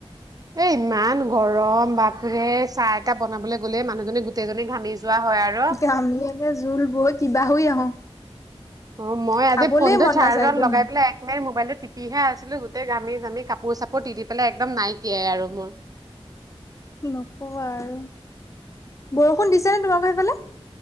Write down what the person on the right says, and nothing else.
এ ইমান গৰম বাপৰে চাহ একাহ বনাবলৈ গ'লে মানুহজনী গোটেইজনী ঘামি যোৱা হয় আৰু
অ মই আজি
ফোনটো
চাৰ্জত
লগাই পেলাই মবাইলটো টিপিহে আছিলো গোটেই গামি জামি কাপোৰ চাপোৰ তিতি পেলাই একদম নাইকিয়াই আৰু মোৰ